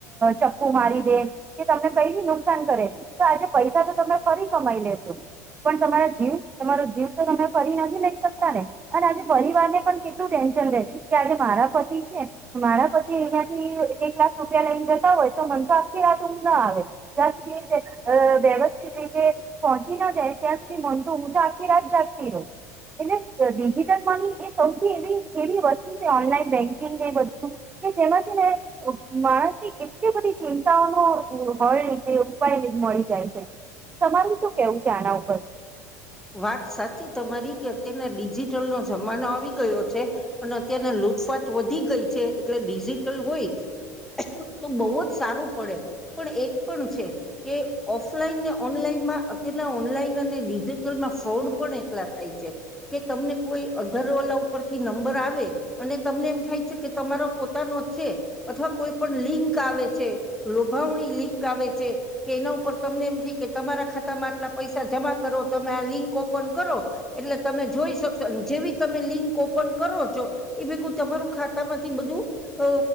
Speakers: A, on the right (about 20°); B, in the centre.
A: ચપ્પુ મારી દે કે તમને કઈથી નુકસાન કરે તો આજે પૈસા તો તમે ફરી કમાઈ લેશો પણ તમારા જીવ તમારો જીવ તો તમે ફરી નથી લઈ શકતા ને અને આજે પરિવારને પણ કેટલું ટેન્શન રહે કે આજે મારા પતિ છે મારા પતિ અહંથી એક લાખ રૂપિયા લઈને જતા હોય તો મન તો આખી રાત ના આવે જ્યાં સુધી વ્યવસ્થિત રીતે પહોંચી ના જાય ત્યાં સુધી મન તો હું તો આખી રાત જાગતી રહું એટલે ડિજિટલ મની એ સૌથી એવી એવી વસ્તુ છે ઓનલાઈન બેંકિંગ એ બધું કે જેમાં છે ને માણસની કેટલી બધી ચિંતાઓનો હળ રીતે ઉપાય મળી જાય છે તમારું શું કેવું છે આના ઉપર
B: વાત સાચી તમારી કે અત્યારના ડિજિટલનો જમાનો આવી ગયો છે અને અત્યારના લૂટફાટ વધી ગઈ છે એટલે ડિજિટલ હોય તો બહુ જ સારું પડે પણ એક પણ છે કે ઓફલાઈન ને ઓનલાઈનમાં અત્યારના ઓનલાઈન અને ડિજિટલ ફ્રોડ પણ એટલા થાય છે કે તમને કોઈ અધરવલાઉ ઉપથી નંબર આવે અને તમને એમ થાય છે કે તમારો પોતાનો છે અથવા કોઈ પણ લિંક આવે છે લોભાવણી લિંક આવે છે કે એના ઉપર તમને એમ થી કે તમારા ખાતા માં આટલા પૈસા જમા કરો તમે આ લિંક ઓપન કરો એટલે તમે જોઈ શકશો અને જેવી તમે લિંક ઓપન કરો છો એ ભેગું તમારું ખાતા માંથી બધું અ